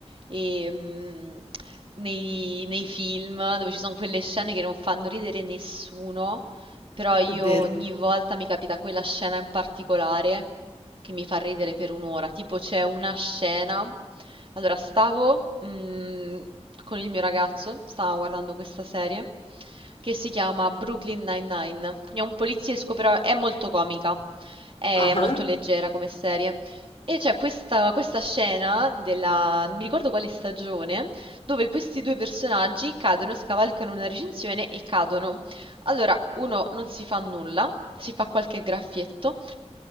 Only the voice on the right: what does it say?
e mm, nei, nei film dove ci sono quelle scene che non fanno ridere nessuno, però io
ogni volta mi capita quella scena in particolare che mi fa ridere per un'ora, tipo c'è una scena, allora stavo mm, con il mio ragazzo, stavo guardando questa serie che si chiama Brooklyn Nine-Nine, quindi è un poliziesco però è molto comica. È
molto
leggera come serie. E c'è questa, questa scena della, non mi ricordo quale stagione, dove questi due personaggi cadono, scavalcano una recinzione e cadono. Allora, uno non si fa nulla, si fa qualche graffietto,